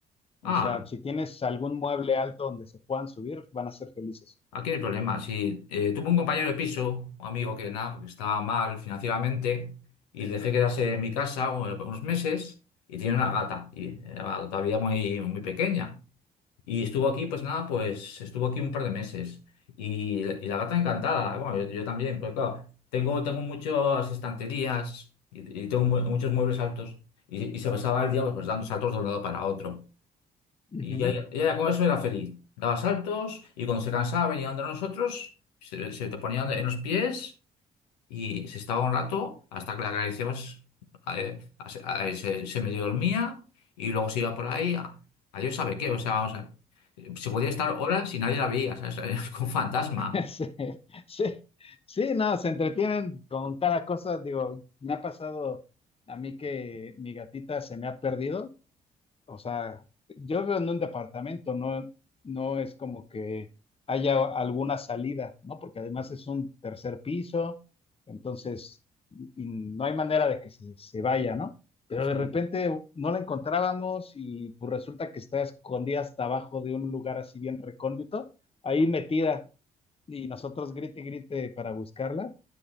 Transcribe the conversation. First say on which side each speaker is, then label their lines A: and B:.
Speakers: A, on the left; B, on the left.
A: Ah,
B: O sea, si tienes algún mueble alto donde se puedan subir, van a ser felices.
A: aquí no hay problema. Si tuve un compañero de piso, un amigo que nada, porque estaba mal financieramente y le dejé quedarse en mi casa un- unos meses y tiene una gata, y era todavía muy, muy pequeña. Y estuvo aquí, pues nada, pues estuvo aquí un par de meses. Y, y la gata encantada, bueno, yo, yo también, pues claro, tengo, tengo muchas estanterías y, y tengo mu- muchos muebles altos. Y, y se pasaba el día pues, dando saltos de un lado para otro.
B: Ujú.
A: Y ella, ella con eso era feliz. Daba saltos y cuando se cansaba venía donde nosotros, se, se te ponía en los pies y se estaba un rato hasta que la Garicebas eh, se, a- se- se medio dormía y luego se iba por ahí a, a Dios sabe qué. O sea, vamos a- se podía estar horas y nadie la veía, ¿sabes? <laughs> Como un fantasma.
B: <laughs> Sí, sí, sí, no, se entretienen con cada cosa. Digo, me ha pasado a mí que mi gatita se me ha perdido. O sea, yo vivo en un departamento, no, no es como que haya alguna salida, ¿no? Porque además es un tercer piso, entonces y no hay manera de que se, se vaya, ¿no? Pero de
A: Sí.
B: repente no la encontrábamos y pues resulta que está escondida hasta abajo de un lugar así bien recóndito, ahí metida y nosotros grite y grite para buscarla.